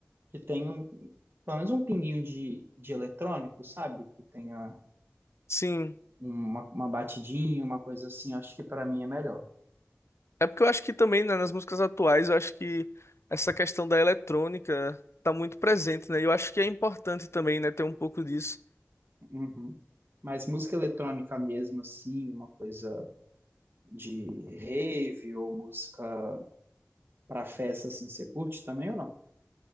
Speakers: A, on the right; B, on the left.
A: que tenha, um- pelo menos um pinguinho de, de eletrônico, sabe? Que tenha
B: Sim.
A: uma, uma batidinha, uma coisa assim, acho que para mim é melhor.
B: É porque eu acho que também, né, nas músicas atuais, eu acho que essa questão da eletrônica tá muito presente, né? E Eu acho que é importante também, né, ter um pouco disso.
A: Uhum. Mas música eletrônica mesmo, assim, uma coisa de rave ou música para festa, assim, você curte também ou não?